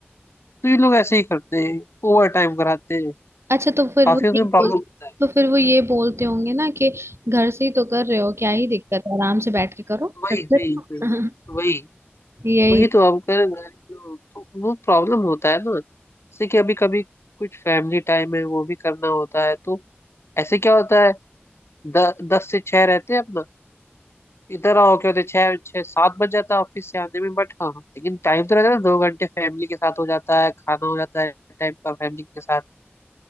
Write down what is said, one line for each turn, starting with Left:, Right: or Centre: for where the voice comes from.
Left: तो ये लोग ऐसे ही करते हैं ओवर टाइम कराते हैं
Right: अच्छा तो फिर
Left: काफी
Right: वो
Left: उसमें
Right: ये
Left: प्रॉब्लम
Right: बोल
Left: होता है
Right: तो फिर वो ये बोलते होंगे ना कि घर से ही तो कर रहे हो क्या ही दिक्कत है आराम से बैठ के करो
Left: वही
Right: करते
Left: वही
Right: रहो
Left: वही
Right: <laughs>
Left: वही
Right: यही
Left: वही तो अब कर तो वो प्रॉब्लम होता है ना जैसे कि अभी कभी कुछ फैमिली टाइम है वो भी करना होता है तो ऐसे क्या होता है द, दस से छह रहते हैं अपना इधर आओ क्या होते हैं, छह छह सात बज जाता है ऑफिस से आने में बट हाँ हाँ, लेकिन टाइम तो रहता है ना, दो घंटे फैमिली के साथ हो जाता है खाना हो जाता है टाइम का फैमिली के साथ